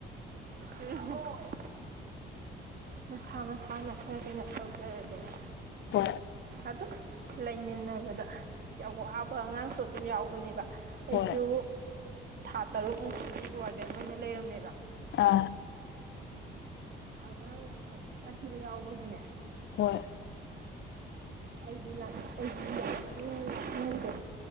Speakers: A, on the right (about 50°); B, on the left (about 65°).
A: ꯎꯝ ꯃꯁꯥ ꯃꯁꯥꯅ ꯈꯔ ꯀꯩꯅꯣ ꯇꯧꯖꯔꯗꯅꯤ꯫
B: ꯍꯣꯏ
A: ꯑꯗꯨꯝ ꯂꯩꯃꯤꯟꯅꯕꯗ ꯌꯥꯝ ꯋꯥꯕ ꯑꯉꯥꯡꯁꯨ ꯑꯗꯨꯝ ꯌꯥꯎꯕꯅꯦꯕ꯫ ꯑꯩꯁꯨ
B: ꯍꯣꯏ
A: ꯊꯥ ꯇꯔꯨꯛꯃꯨꯛꯇꯀꯤ ꯋꯥꯔꯗꯦꯟ ꯑꯣꯏꯅ ꯂꯩꯔꯝꯃꯦꯕ꯫
B: ꯑꯥ
A: ꯑꯉꯥꯡ ꯌꯥꯝ ꯁꯥꯤ ꯁꯥꯊꯤꯕ ꯌꯥꯎꯕꯒꯤꯅꯦ꯫
B: ꯍꯣꯏ
A: ꯑꯩꯗꯤ ꯂ ꯑꯩꯒꯤ ꯂꯥꯛꯄꯩꯗꯣ